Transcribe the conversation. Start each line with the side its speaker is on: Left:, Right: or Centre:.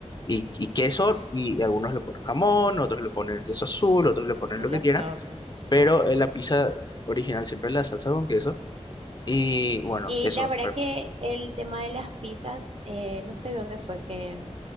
Left: y, y queso y, algunos le ponen jamón, otros le ponen queso azul, otros le ponen
Right: en
Left: lo que
Right: los
Left: quieran,
Right: toppings, sí.
Left: pero eh, la pizza original siempre es la salsa con queso y bueno,
Right: Y
Left: eso
Right: la
Left: es
Right: verdad
Left: para
Right: que
Left: mí.
Right: el tema de las pizzas, eh, no sé dónde fue que